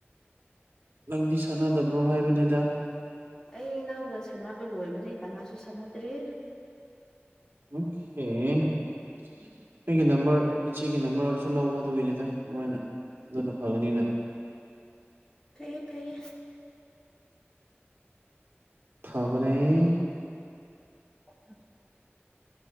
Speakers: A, on the right; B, on the left.
A: ꯅꯪꯗꯤ ꯁꯥꯟꯅꯗꯕ꯭ꯔꯣ ꯍꯥꯏꯕꯅꯦꯗ
B: ꯑꯩ ꯅꯪꯒ ꯁꯥꯟꯅꯕ ꯂꯣꯏꯕꯗꯩ ꯀꯅꯥꯁꯨ ꯁꯥꯟꯅꯗ꯭ꯔꯤ
A: <unintelligible> ꯑꯩꯒꯤ ꯅꯝꯕꯔ ꯏꯆꯦꯒꯤ ꯅꯝꯕꯔꯁꯨ ꯂꯧꯕ ꯑꯗꯨꯒꯤꯅꯤꯗ ꯑꯗꯨꯃꯥꯏꯅ ꯑꯗꯨꯅ ꯐꯒꯅꯤꯅ
B: ꯐꯩꯌꯦ ꯐꯩꯌꯦ
A: ꯐꯕꯅꯦ
B: <unintelligible>